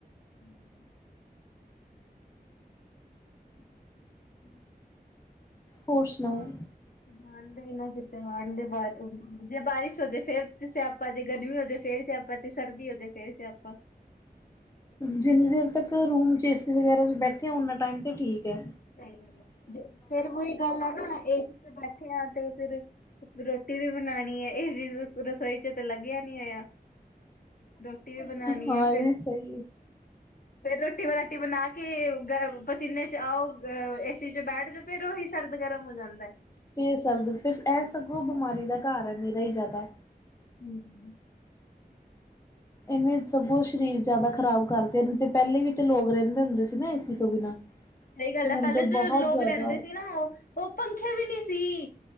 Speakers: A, on the left; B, on the left.
A: <inaudible> <inaudible>
B: ਹੋਰ ਸੁਣਾਓ?
A: ਹਾਂ, ਬਾਹਰ। <unintelligible> ਤੇ ਦੇ ਜੇ ਬਾਰਿਸ਼ ਹੋ ਜੇ ਤੇ ਫੇਰ ਸਿਆਪਾ ਜੇ ਗਰਮੀ ਹੋ ਜੇ ਫੇਰ ਸਿਆਪਾ। ਸਰਦੀ ਹੋਜੇ ਫੇਰ ਸਿਆਪਾ।
B: ਜਿੰਨੀ ਦੇਰ ਤੱਕ ਰੂਮ ਚ ਏਸੀ ਵਗੈਰਾ 'ਚ ਬੈਠੇ ਆ ਉੱਨਾ ਟਾਇਮ ਤੇ ਠੀਕ ਏ।
A: ਸਹੀ ਗੱਲ ਏ ਜੇ ਫੇਰ ਉਹੀ ਗੱਲ ਆ ਨਾ ਏ ਸੀ 'ਚ' ਬੈਠਿਆ ਆ ਤੇ ਫਿਰ ਰੋਟੀ ਵੀ ਬਣਾਣੀ ਏ, ਏ ਸੀ ਰਸੋਈ ਚ ਤਾਂ ਲੱਗਿਆ ਨੀ ਹੋਇਆ। ਰੋਟੀ ਵੀ ਬਣਾਣੀ
B: ਹਾਂ
A: ਐ ਫਿਰ
B: ਇਹ ਵੀ ਸਹੀ ਹੈ।
A: ਫੇਰ ਰੋਟੀ ਵਰਾਟੀ ਬਣਾ ਕੇ ਪਸੀਨੇ ਚ ਆਓ ਅ ਏਸੀ ਚ ਬੈਠ ਤੇ ਫਿਰ ਉਹੀ ਸਰਦ-ਗਰਮ ਹੋ ਜਾਂਦਾ।
B: ਫੇਰ ਸਰਦੀ ਫਿਰ ਇਹ ਸਗੋਂ ਬਿਮਾਰੀ ਦਾ ਘਰ ਏ ਨਿਰਾ ਈ ਜ਼ਿਆਦਾ
A: ਹਮ।
B: ਇਹਨੇ ਸਗੋਂ ਸਰੀਰ ਜ਼ਿਆਦਾ ਖ਼ਰਾਬ ਕਰਦੇ ਨੇ ਤੇ ਪਹਿਲੇ ਵੀ ਤੇ ਲੋਕ ਰਹਿੰਦੇ ਹੁੰਦੇ ਸੀ। ਨਾ ਏਸੀ
A: ਹਾਂਜੀ-ਹਾਂਜੀ,
B: ਤੋਂ ਬਿਨਾਂ।
A: ਸਹੀ ਗੱਲ
B: ਹੁਣ
A: ਏ ਪਹਿਲੇ
B: ਤੇ
A: ਜੋ
B: ਬਹੁਤ
A: ਲੋਕ
B: ਜ਼ਿਆਦਾ
A: ਰਹਿੰਦੇ ਸੀ ਨਾ ਉਹ ਉਹ ਪੰਖੇ ਵੀ ਨੀ ਸੀ